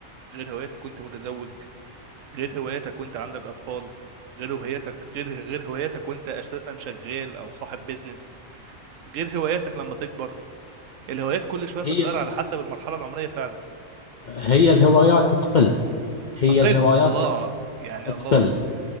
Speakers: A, on the right (about 75°); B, on the left (about 60°).
A: غير هواياتك وانت متزوج غير هواياتك وانت عندك أطفال غير هواياتك غير غير هواياتك وانت أساسا شغال أو صاحب بيزنس غير هواياتك لما تكبر الهوايات كل شوية بتتغير
B: هي
A: على حسب المرحلة العمرية فعلا
B: هي الهوايات تقل هي
A: تقل
B: الهوايات
A: الله
B: راح
A: يعني
B: راح تقل
A: الله